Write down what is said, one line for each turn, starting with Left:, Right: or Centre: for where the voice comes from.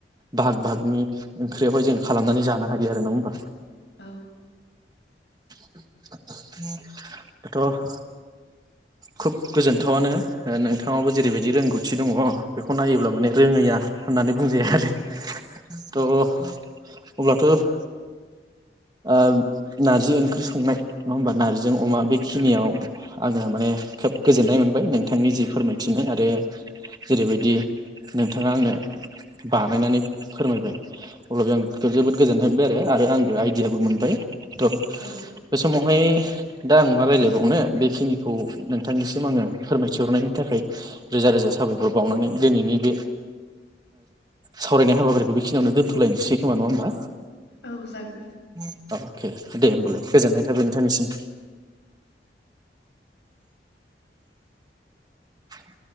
Right: भाहाग भाहागनि ओंख्रियावहाय जों खालामनानै जानो हायो आरो नङा होमबा।
Left: औ।
Right: <unintelligible> दाथ' खोब गोजोनथावानो ओ नोंथाङाबो जेरैबायदि रोंगौथि दङ बेखौ नायोब्ला माने रोङैया होननानै बुंजाया आरो थ' अब्लाथ' ओम नार्जि ओंख्रि संनाय नङा होमबा नारजिजों अमा बेखिनियाव
Left: औ
Right: आङो माने खोब गोजोननाय मोनबाय नोंथांनि जि फोरमायथिनाय आरो जेरैबायदि नोंथाङा आंनो बानायनानै फोरमायबाय अब्लाबो आं जोबोद गोजोननाय मोनबाय आरो आंबो आइ मोनबाय थ'
Left: औ
Right: बे समावहाय दा आं मा रायलायबावनो बेखिनिखौ नोंथांनिसिम आङो फोरमायथिहरनायनि थाखाय रोजा रोजा साबायखर बावनानै दिनैनि बे सावरायनाय हाबाफारिखौ बेखिनियावनो दोनथ'लायनोसै। खोमा नंङा होमबा।
Left: औ जागोन
Right: <unintelligible> के दे गोजोननाय थाबाय नोंथांनिसिम। <inaudible>